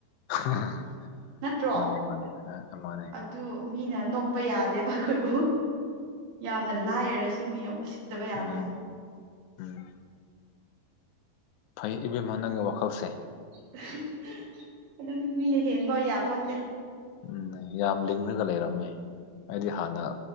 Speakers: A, on the left (about 80°); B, on the right (about 65°).
A: ꯍ ꯍ ꯍ
B: ꯅꯠꯇ꯭ꯔꯣ
A: ꯃꯥꯅꯦ ꯃꯥꯅꯦ ꯑ ꯃꯥꯅꯦ
B: ꯑꯗꯨ ꯃꯤꯅ ꯅꯣꯛꯄ ꯌꯥꯗꯦꯕ ꯑꯩꯈꯣꯏꯕꯨ ꯌꯥꯝꯅ ꯂꯥꯏꯔꯔꯁꯨ ꯃꯤꯅ ꯎꯁꯤꯠ ꯇꯕ ꯌꯥꯗꯦ
A: ꯎꯝ
B: ꯍꯥꯏꯕ
A: ꯎꯝ ꯐꯩ ꯏꯕꯦꯝꯃꯥ ꯅꯪꯒꯤ ꯋꯥꯈꯜꯁꯦ꯫
B: <unintelligible> ꯑꯗꯨꯅꯤ ꯃꯤꯅ ꯍꯦꯟꯕ ꯌꯥꯄꯣꯟꯇꯦ꯫
A: ꯎꯝꯅ ꯌꯥꯝ ꯂꯤꯡꯂꯒ ꯂꯩꯔꯝꯃꯦ꯫ ꯑꯩꯗꯤ ꯍꯥꯟꯅ